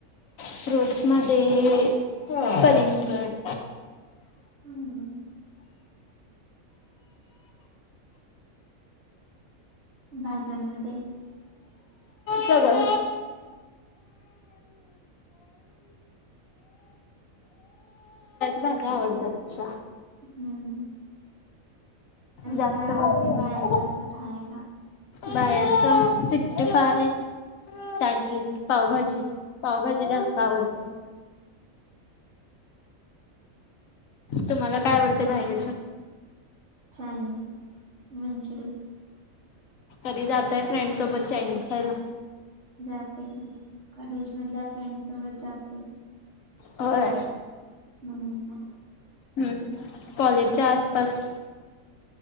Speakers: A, on the left; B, on the right.
A: फोट्स मध्ये कलिंगड
B: हम्म भाज्यांमध्ये
A: सगळ भाग्या आवडतात तश
B: हम्म आणि
A: जास्त
B: काय आवडते बाहेर जायचं खायला
A: बाहेरच सिक्स्टी फय चायनीज पावभाजी पावभाजी जास्त आवडते तुम्हाला काय आवडते बाहेरचं
B: चयनीज मंचूरियन
A: कधीाताय फ्रेंड्सोबत चायनीज खायला
B: जात कॉलेज मधल्या फ्रेंड सोबत जात
A: होय
B: हम्म
A: ह् कॉलेजच्या आसपास